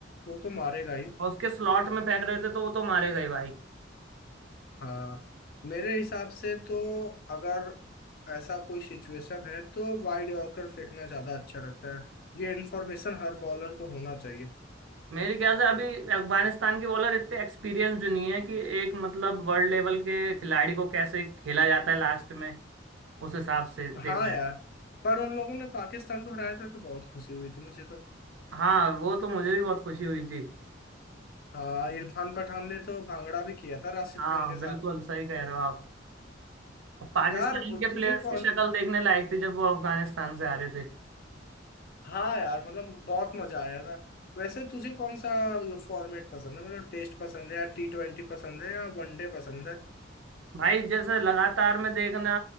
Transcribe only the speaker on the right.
और उसके स्लॉट में फेंक रहे थे तो वो तो मारे गए भाई
मेरे ख्याल से अभी अफगानिस्तान के बॉलर इतने एक्सपीरियंस्ड नहीं है कि एक मतलब वर्ल्ड लेवल के खिलाड़ी को कैसे खेला जाता है लास्ट में उस हिसाब से देख
रहे
हैं
हाँ वो तो मुझे भी बहुत खुशी हुई जी
हाँ
बिल्कुल सही कह रहे हो आप और पाकिस्तान
के
प्लेयर्स
की शक्ल देखने लायक थी जब वो अफगानिस्तान से आ रहे थे
भाई जैसे लगातार में देखना